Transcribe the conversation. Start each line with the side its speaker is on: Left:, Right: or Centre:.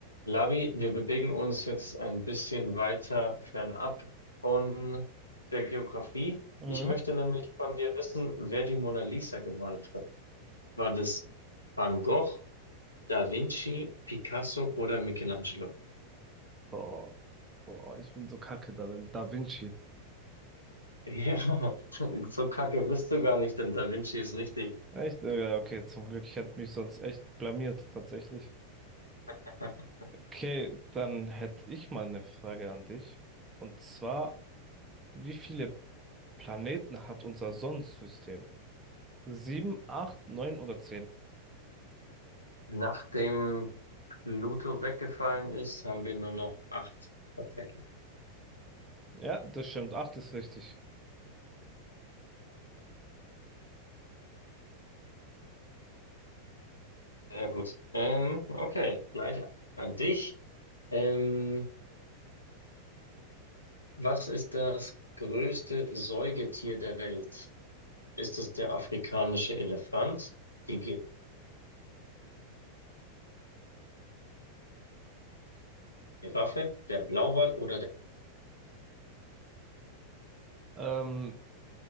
Left: Lavi, wir bewegen uns jetzt ein bisschen weiter fernab von der Geografie.
Right: Mhm.
Left: Ich möchte nämlich von dir wissen, wer die Mona Lisa gemalt hat. War das Van Gogh, Da Vinci, Picasso oder Michelangelo?
Right: Boah, boah, ich bin so kacke darin. Da Vinci.
Left: Ja, <laughs> so kacke bist du gar nicht, denn Da Vinci ist richtig.
Right: Echt? Äh, Ja, okay, zum Glück. Ich hätte mich sonst echt blamiert, tatsächlich.
Left: <laughs>
Right: Okay, dann hätte ich mal eine Frage an dich. Und zwar, wie viele Planeten hat unser Sonnensystem? Sieben, acht, neun oder zehn?
Left: Nachdem Pluto weggefallen ist, haben wir nur noch acht tatsächlich.
Right: Ja, das stimmt. Acht ist richtig.
Left: Sehr gut. Ähm, okay, gleich an dich. Ähm, Was ist das größte Säugetier der Welt? Ist es der afrikanische Elefant, die Giraffe, der Blauwal oder der...
Right: Ähm,